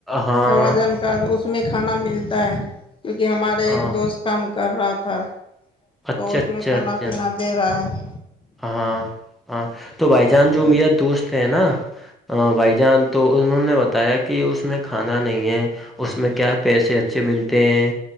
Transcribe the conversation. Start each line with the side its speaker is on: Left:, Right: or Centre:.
Centre: ہاں
Left: امازون تو اس میں کھانا ملتا ہے کیونکہ ہمارے
Centre: ہاں
Left: ایک دوست کام کر رہا تھا
Centre: اچھا
Left: تو اس
Centre: اچھا
Left: میں کھانا
Centre: اچھا
Left: پینا دے رہا ہے
Centre: ہاں ہاں تو بھائی جان
Left: ہے
Centre: جو میرا دوست ہے نا ہا بھائی جان تو انہوں نے بتایا کہ اس میں کھانا نہیں ہے اس میں کیا پیسے اچھے ملتے ہیں